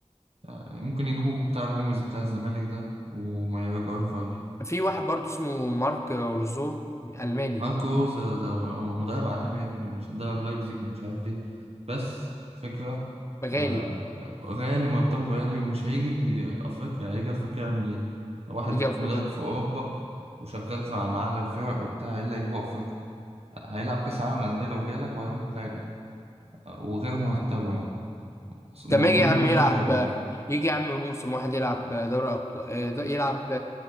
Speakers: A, on the right (about 60°); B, on the left (about 25°).
A: يعني ممكن يجيبوا بتاع جوميز بتاع الزمالك ده وما يرجعوش فايلر
B: في واحد برضو اسمه مارك روزو ألماني
A: ماركو روزا ده هو مدرب عالمي يا ابني مش درب لايبزيج ومش عارف ايه بس الفكرة
B: غالي
A: آه غالي مرتبه غالي ومش هيجي أفريقيا هيجي أفريقيا يعمل ايه؟ واحد
B: يجي أفريقيا
A: مدرب في أوروبا وشغال في- مع أعلى الفرق وبتاع ايه اللي هيجيبه أفريقيا؟ هيلعب كأس العالم للأندية لو جالك وهيقوم خايلة آه، وغير مرتبه يعني موافقين
B: طب ما يجي يا عم
A: الرأي
B: يلعب
A: ولا ايه؟
B: يجي يا عم موسم واحد يلعب دوري أبطال يلعب